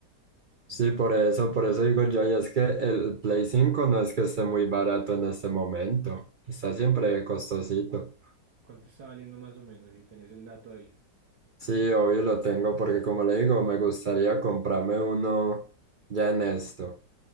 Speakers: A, on the right; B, on the right.
A: Sí, por eso, por eso digo yo, y es que el Play 5 no es que esté muy barato en este momento, está siempre costosito.
B: ¿Cuánto está valiendo más o menos? Si tenés el dato ahí.
A: Sí, obvio lo tengo porque como le digo, me gustaría comprarme uno ya en esto.